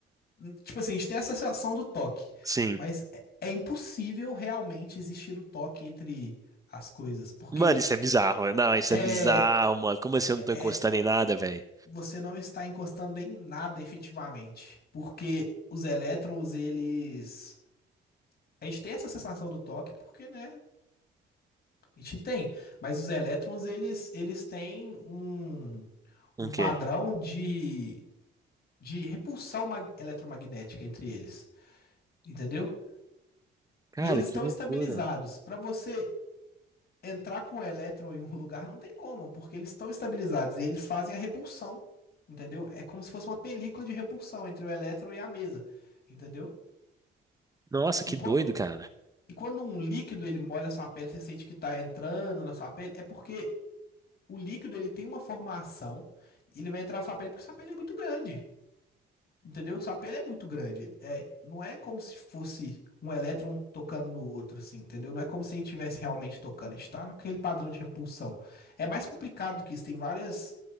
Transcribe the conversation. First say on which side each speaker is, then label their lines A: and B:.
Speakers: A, on the left (about 50°); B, on the right (about 15°).
A: hum, tipo assim, a gente tem essa sensação do toque,
B: Sim.
A: mas é, é impossível realmente existir o toque entre as coisas, porque
B: Mano, isso é bizarro. né? Não, isso
A: é,
B: é bizarro, mano. Como assim
A: é-
B: eu não tô encostando em nada, velho?
A: você não está encostando em nada efetivamente, porque os elétrons, eles... A gente tem essa sensação do toque porque, né, a gente tem, mas os elétrons, eles, eles têm um,
B: Um
A: um
B: quê?
A: padrão de de repulsão mag- eletromagnética entre eles, entendeu?
B: Cara,
A: E eles
B: que
A: estão
B: loucura.
A: estabilizados. Para você entrar com o elétron em um lugar não tem como, porque eles estão estabilizados e eles fazem a repulsão, entendeu? É como se fosse uma película de repulsão entre o elétron e a mesa, entendeu?
B: Nossa, que
A: E quando
B: doido, cara.
A: um, e quando um líquido ele molha a sua pele, você sente que está entrando na sua pele, é porque o líquido ele tem uma formação e ele vai entrar na sua pele porque sua pele é muito grande, Entendeu? O sapé ele é muito grande. É, não é como se fosse um elétron tocando no outro, assim, entendeu? Não é como se a gente estivesse realmente tocando. A gente tá naquele padrão de repulsão. É mais complicado que isso, tem várias